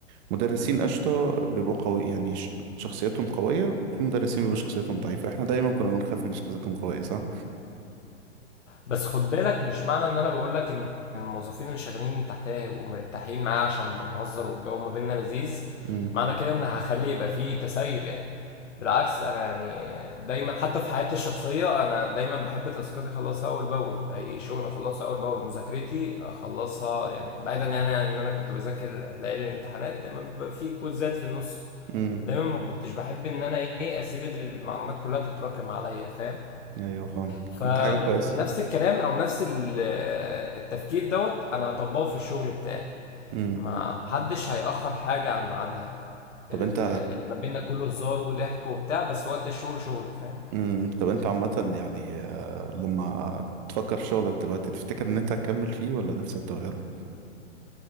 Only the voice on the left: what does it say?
بس خد بالك مش معنى ان انا بقول لك ان الموظفين اللي شغالين تحتيا هيبقوا مرتاحين معايا عشان بنهزر والجو ما بيننا لذيذ
معنى كده ان هخلي يبقى فيه تسيب يعني بالعكس انا يعني دايما حتى في حياتي الشخصيه انا دايما بحب تاسكاتي اخلصها اول باول اي شغل اخلصها اول باول مذاكرتي اخلصها يعني بعيدا يعني عن ان انا كنت بذاكر ليالي الامتحانات دايما بيبقى فيه كوزات في النص
دايما ما كنتش بحب ان انا ايه اسيب المعلومات كلها تتراكم عليا فاهم
فنفس
الكلام او نفس ال- التفكير دوت انا هطبقه في الشغل بتاعي
ما محدش هيأخر حاجة عن ميعادها
ال-
اللي ما بيننا كله هزار وضحك وبتاع بس وقت الشغل شغل فاهم